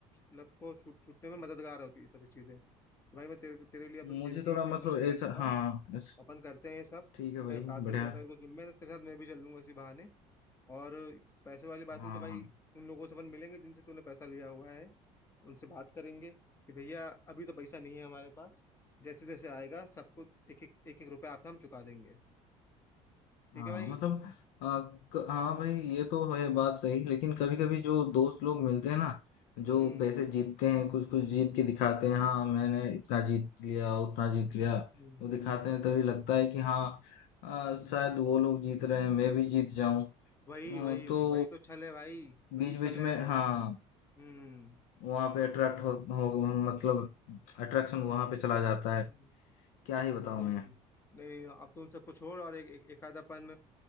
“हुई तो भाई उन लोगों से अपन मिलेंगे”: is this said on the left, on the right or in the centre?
Left